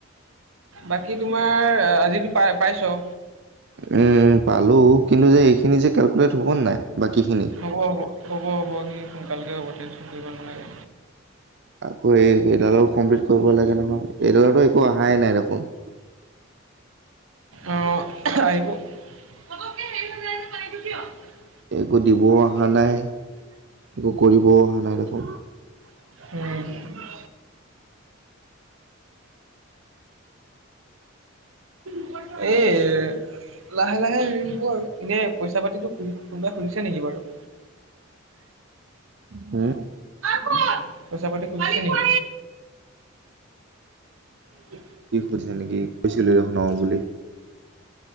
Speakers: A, on the right; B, on the right.
A: বাকী তোমাৰ আজি টো পাই পাইছ।
B: উম পালো, কিন্তু যে এইখিনি যে কেলকুলেট হ'ব নে নাই। বাকীখিনি
A: হ'ব হ'ব হ'ব হ'ব, সি সোনকালকে হ'ব টেনচন কৰিব নালাগে।
B: আকৌ, এই এইডালো কমপ্লিট কৰিব লাগে নহয়। এইডালতো একো অহাই নাই দেখোন।
A: অ', আহিব। <unintelligible>
B: একো দিবও অহা নাই, একো কৰিবও অহা নাই দেখোন।
A: অঁ উম। এই লাহে লাহে এৰিব আৰু এনেই পইচা পাতিটো কোনোবাই খোজিছে নেকি বাৰু।
B: হম।
A: <unintelligible> পইচা পাতি খুজিছে নেকি? উ।
B: কি সুধিছে নেকি, কৈছিলো যে হুনাও বুলি